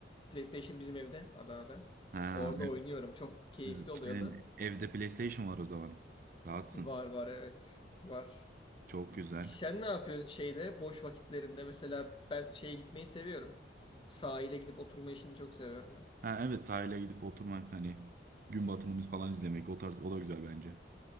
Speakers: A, on the left (about 30°); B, on the right (about 50°).
A: PlayStation bizim evde Adana'da.
B: Ha,
A: Orada oynuyorum. Çok keyifli
B: Siz,
A: oluyordu.
B: senin evde PlayStation var o zaman. Rahatsın.
A: Var var evet. Var.
B: Çok güzel.
A: Sen ne yapıyorsun şeyde boş vakitlerinde? Mesela ben şeye gitmeyi seviyorum. Sahile gidip oturma işini çok seviyorum ben.
B: Ha evet sahile gidip oturmak hani gün batımını falan izlemek o tarz o da güzel bence.